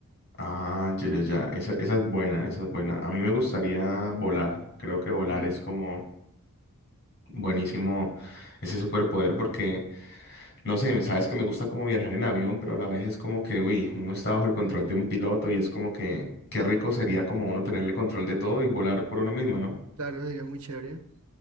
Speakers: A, on the left (about 50°); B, on the right (about 75°).
A: Ah, ya, ya, ya. Esa, esa es buena, esa es buena. A mí me gustaría volar. Creo que volar
B: Volar,
A: es como buenísimo ese superpoder porque, no sé, sabes que me gusta como viajar en avión, pero a la vez es como que, uy, uno está bajo el control de un piloto y es como que, qué rico sería como uno tenerle control de todo y volar por uno mismo, ¿no?
B: claro, sería muy chévere.